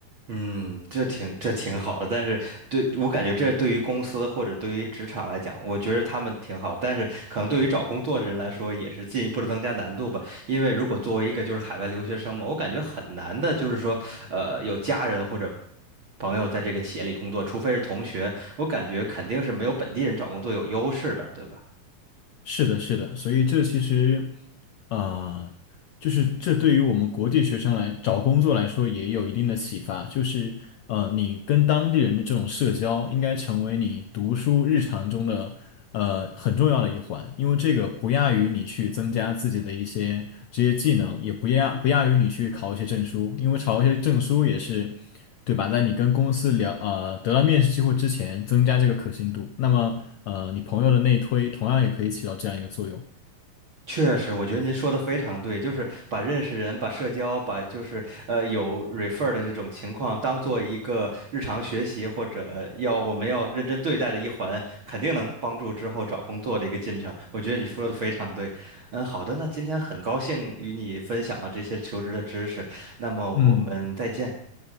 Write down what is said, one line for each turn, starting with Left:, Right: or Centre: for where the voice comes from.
Right: 嗯，这挺这挺好的，但是对我感觉这对于公司或者对于职场来讲，我觉得他们挺好，但是可能对于找工作的人来说，也是进一步的增加难度吧。因为如果作为一个就是海外留学生嘛，我感觉很难的，就是说，呃，有家人或者朋友在这个企业里工作，除非是同学，我感觉肯定是没有本地人找工作有优势的，对吧？
Left: 是的，是的，所以这其实，呃，就是这对于我们国际学生来找工作来说也有一定的启发，就是呃，你跟当地人的这种社交应该成为你读书日常中的呃很重要的一环，因为这个不亚于你去增加自己的一些职业技能，也不亚不亚于你去考一些证书，因为考一些证书也是。对吧？在你跟公司聊，呃，得到面试机会之前，增加这个可信度。那么，呃，你朋友的内推同样也可以起到这样一个作用。
Right: 确实，我觉得您说的非常对，就是把认识人、把社交、把就是呃有 refer 的这种情况当做一个日常学习或者要我们要认真对待的一环，肯定能帮助之后找工作的一个进程。我觉得你说的非常对。嗯，好的，那今天很高兴与你分享了这些求职的知识，那么我们再见。
Left: 嗯